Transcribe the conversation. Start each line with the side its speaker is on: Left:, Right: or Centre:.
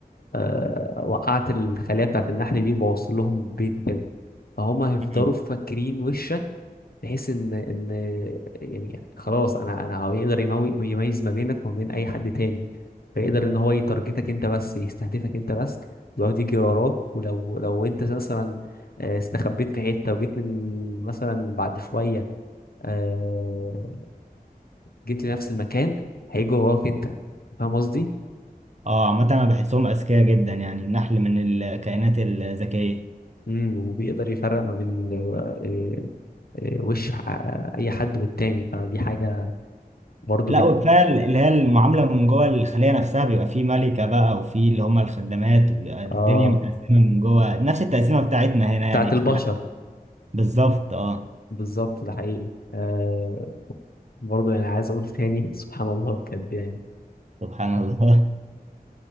Left: آه، وقعت الخليه بتاعت النحل دي وبوصل لهم بيت وكده فهم هيفضلوا
Right: مم.
Left: فاكرين وشك بحيث ان ان يعني خلاص انا انا هو يقدر يموي- يميز ما بينك وما بين اي حد تاني فيقدر ان هو يتارجتك انت بس يستهدفك انت بس يقعد يجري وراك ولو لو انت مثلا آه، استخبيت في حته وجيت من مثلا بعد شويه آه، جيت لنفس المكان هيجي وراك انت فاهم قصدي؟
Right: اه عامة انا بحسهم اذكياء جدا يعني النحل من الكائنات الذكية
Left: امم وبيقدر يفرق ما بين آه، آه، وش آه، اي حد والتاني فدي حاجه برضو
Right: لا
Left: بت...
Right: وكفاية اللي هي المعاملة من جوه الخلية نفسها بيبقى فيه ملكة بقى وفيه اللي هم الخدامات وبيبقى الدنيا
Left: اه
Right: متقسمة من جوه نفس التقسيمة بتاعتنا هنا يعني
Left: بتاعت البشر
Right: في الع- بالظبط اه
Left: بالظبط ده حقيقي آه برضه يعني عايز اقول تاني سبحان الله بجد يعني
Right: سبحان الله